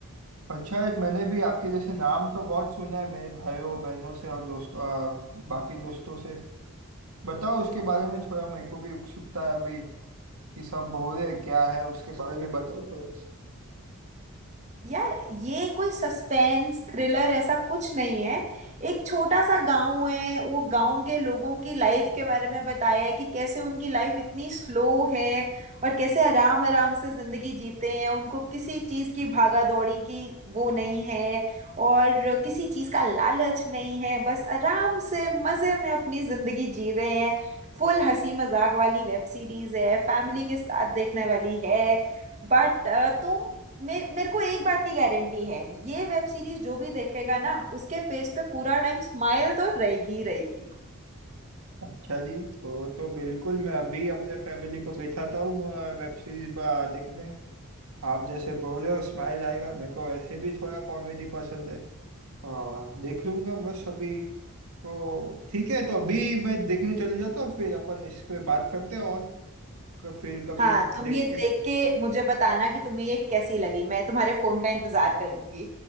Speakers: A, on the right; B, on the right.
A: अच्छा है मैंने भी आपके जैसे नाम तो बहुत सुना है मेरे भाइयों बहनों से और दोस्तों आ, बाकी दोस्तों से बताओ उसके बारे में थोड़ा मेरे को भी उत्सुकता है अभी कि सब बोल रहे हैं, क्या है उसके बारे में बताओ थोड़ा
B: यार ये कोई सस्पेंस थ्रिलर ऐसा कुछ नहीं है एक छोटा सा गांव है वो गांव के लोगों की लाइफ के बारे में बताया है कि कैसे उनकी लाइफ इतनी स्लो है और कैसे आराम आराम से जिंदगी जीते हैं उनको किसी चीज की भागा दौड़ी की वो नहीं है और किसी चीज का लालच नहीं है बस आराम से मजे में अपनी जिंदगी जी रहे हैं फुल हंसी मजाक वाली वेब सीरीज है फैमिली के साथ देखने वाली है बट तुम मे मेरे को एक बात की गारंटी है ये वेब सीरीज जो भी देखेगा ना उसके फेस पे पूरा टाइम स्माइल तो रहेगी ही रहेगी
A: अच्छा जी तो तो बिल्कुल मैं अभी अपने फैमिली को बैठाता हूँ वेब सीरीज देखने आप जैसे बोल रहे हो स्माइल आएगा मेरे को वैसे भी थोड़ा कॉमेडी पसंद है और देख लूंगा बस अभी तो ठीक है तो अभी मैं देखने चले जाता हूँ फिर अपन इस पे बात करते हैं और क- फिर कभी
B: हाँ तुम
A: देख
B: ये
A: के
B: देख के मुझे बताना कि तुम्हें ये कैसी लगी मैं तुम्हारे फोन का इंतजार करूंगी